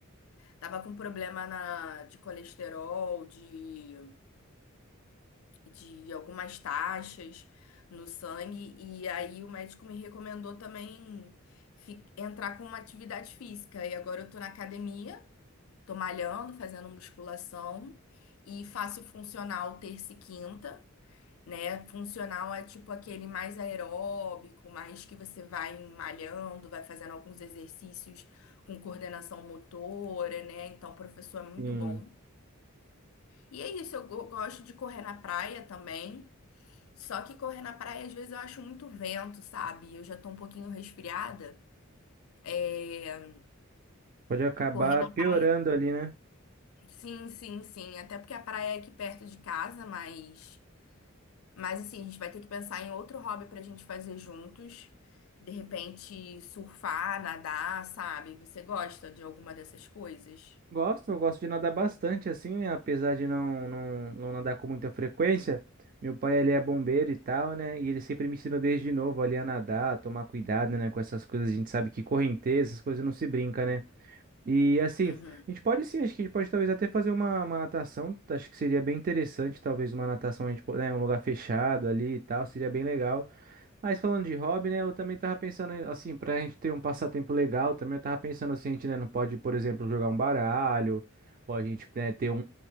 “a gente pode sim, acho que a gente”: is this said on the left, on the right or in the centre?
Right